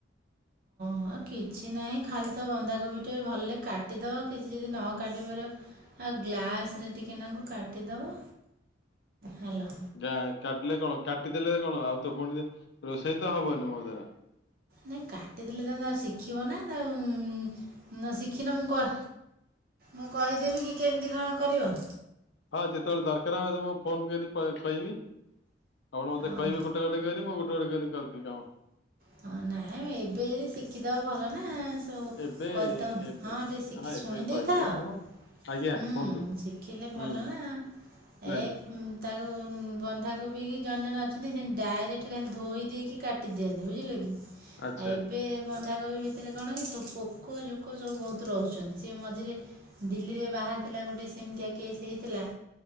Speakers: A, on the right; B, on the left.
A: ଓଁ କିଛି ନାହିଁ ଖାଲି ତ ବନ୍ଧାକୋବିଟେ ଭଲରେ କାଟିଦେବ କିଛି ଯଦି ନ କାଟି ପାରିବ ଆଉ ଗ୍ଲାସ ରେ ଟିକେ ନାଙ୍କୁ କାଟିଦବା ହେଲା।
B: ଗାଁ କାଟିଲେ କଣ କାଟିଦେଲେ କଣ ଆଉ ତ ପୁଣି ରୋଷେଇ ତ ହବନି ମୋ ଦ୍ଵାରା।
A: ନାଇଁ କାଟିଦେଥିଲି ତ ଆଉ ଶିଖିବ ନା ତା ଶିଖିନ ମୁଁ କ ମୁଁ କହିଦେବି କି କେମିତି କଣ କରିବ?
B: ହଁ ଯେତେବେଳେ ଦରକାର ହବ ତମ ଫୋନ କରି କହିବି। ଆପଣ ମୋତେ
A: ଅଁ,
B: କହିବେ ଗୋଟେ ଗୋଟେ କରି ମୁଁ ଗୋଟେ ଗୋଟେ କରିି କରୁଚି କାମ।
A: ହଁ ନାଇଁ ଏବେ ଯଦି ଶିଖିଦବ ଭଲ ନା। ତ
B: ଏବେ
A: କରିତ
B: ଏବେ
A: ହଁ ଟିକେ ଶିଖି
B: ହଁ
A: ଶୁଣି
B: ଏବେ କହିଲେ
A: ଦେଇଥାଅ।
B: ବି ହବ। ଆଜ୍ଞା
A: ହୁଁ,
B: କୁହନ୍ତୁ
A: ଶିଖିଲେ ଭଲ
B: ହୁଁ
A: ନା। ଏ
B: ଆଜ୍ଞା
A: ହୁଁ ତାକୁ ଉଁ, ବନ୍ଧାକୋବି କି ଜଣେ ଜଣ ଅଛନ୍ତି, ସେ ଡାଇରେକ୍ଟ ଖାଲି ଧୋଇ ଦେଇକି କାଟ ଟି ଦିଅନ୍ତି ବୁଝିଲ କି
B: ଆଚ୍ଛା
A: <inaudible> ବେ ବନ୍ଧାକୋବି ଭିତରେ କଣ କି ସବୁ ପୋକ ଜୋକ ସବୁ ବହୁତ ରହୁଛନ୍ତି, ସେ ମଝିରେ ଦିଲ୍ଲୀରେ ବାହାରିଥିଲା ଗୋଟେ ସେମିତିଆ କେସ୍ ହେଇଥିଲା।